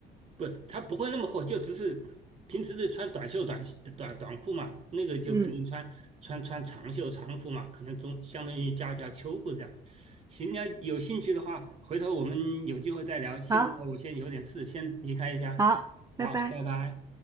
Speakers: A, on the right (about 40°); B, on the right (about 20°).
A: 不，它不会那么厚，就只是平时是穿短袖短袖短短裤嘛，那个就肯定穿穿穿长袖长裤嘛，
B: 嗯，
A: 可能中相当于加条秋裤这样。行，那有兴趣的话，回头我们有机会再聊。现在我先有点事，
B: 好，
A: 先离开一下，
B: 好，拜拜。
A: 好，拜拜。